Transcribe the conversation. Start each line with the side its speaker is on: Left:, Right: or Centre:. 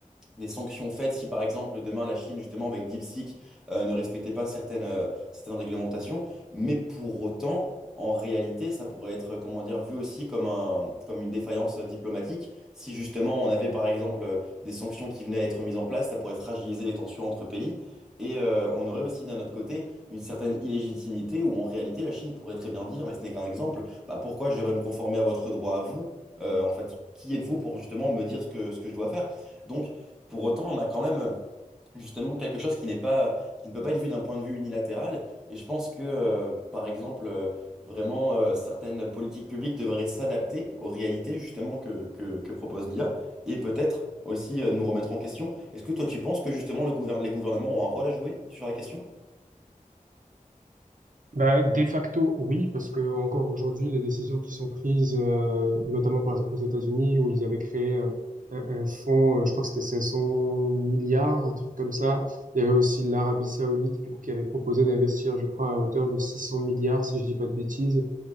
Centre: des sanctions faites si par exemple demain la Chine justement avec DeepSeek euh, ne respectait pas certaines, euh, certaines réglementations. Mais pour autant, en réalité, ça pourrait être comment dire vu aussi comme un, comme une défaillance euh, diplomatique. Si justement on avait par exemple euh, des sanctions qui venaient à être mises en place, ça pourrait fragiliser les tensions entre pays. Et euh, on aurait aussi d'un autre côté une certaine illégitimité où en réalité la Chine pourrait très bien dire, mais ce n'est qu'un exemple, bah pourquoi je devrais me conformer à votre droit à vous? Euh, en fait, qui êtes-vous pour justement me dire ce que, ce que je dois faire? Donc, pour autant, on a quand même euh, justement quelque chose qui n'est pas, qui ne peut pas être vu d'un point de vue unilatéral. Et je pense que, euh, par exemple, euh, vraiment, euh, certaines politiques publiques devraient s'adapter aux réalités justement que, que, que propose l'IA et peut-être aussi euh, nous remettre en question. Est-ce que toi, tu penses que justement le gouverne- les gouvernements ont un rôle à jouer sur la question?
Right: Bah, de facto, oui, parce que encore aujourd'hui, les décisions qui sont prises, euh, notamment par exemple aux États-Unis, où ils avaient créé euh, un, un fonds, euh, je crois que c'était 500 milliards, un truc comme ça. Il y avait aussi l'Arabie Saoudite, du coup, qui avait proposé d'investir, je crois, à hauteur de 600 milliards, si je dis pas de bêtises.